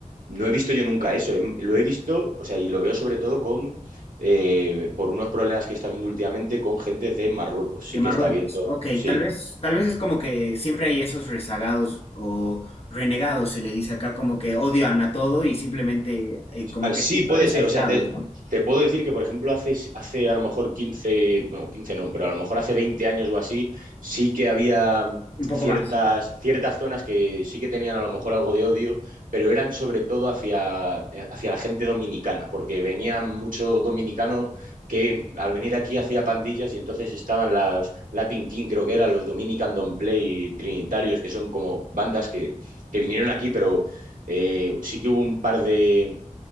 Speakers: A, on the right (about 80°); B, on the left (about 45°).
A: no he visto yo nunca eso. Em- Lo he visto, o sea, y lo veo sobre todo con, eh, por unos problemas que está viendo últimamente con gente de Marruecos.
B: de
A: Sí
B: Marruecos.
A: que está viendo,
B: Ok,
A: sí,
B: tal vez, tal vez es como que siempre hay esos rezagados o renegados, se le dice acá, como que odian a todo y simplemente eh, como
A: Ah,
B: que
A: Sí,
B: episodios
A: puede ser.
B: aislados,
A: O sea, te,
B: ¿no?
A: te puedo decir que, por ejemplo, hace, hace a lo mejor 15 no, 15 no, pero a lo mejor hace 20 años o así, sí que había mm,
B: Un poco
A: ciertas,
B: más.
A: ciertas zonas que sí que tenían a lo mejor algo de odio, pero eran sobre todo hacia, eh, hacia la gente dominicana, porque venía mucho dominicano que en- al venir aquí hacía pandillas y entonces estaban las Latin King, creo que eran los Dominican Don't Play y Trinitarios, que son como bandas que, que vinieron aquí, pero eh, sí que hubo un par de